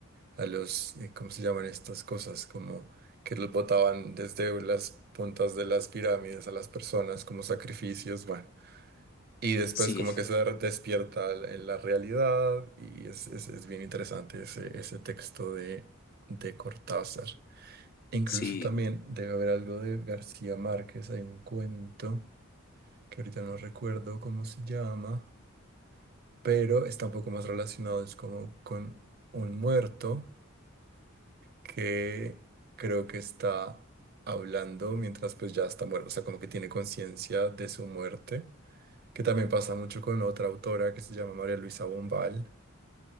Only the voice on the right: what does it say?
a los, eh, ¿cómo se llaman estas cosas? Como que los botaban desde las puntas de las pirámides a las personas como sacrificios, bueno. Y después
como que se despierta la la realidad y es, es- es bien interesante ese, ese texto de, de Cortázar. Incluso
también debe haber algo de García Márquez, hay un cuento que ahorita no recuerdo cómo se llama, pero está un poco más relacionado, es como con un muerto que creo que está hablando mientras pues ya está muerto, o sea, como que tiene conciencia de su muerte que también pasa mucho con otra autora que se llama María Luisa Bombal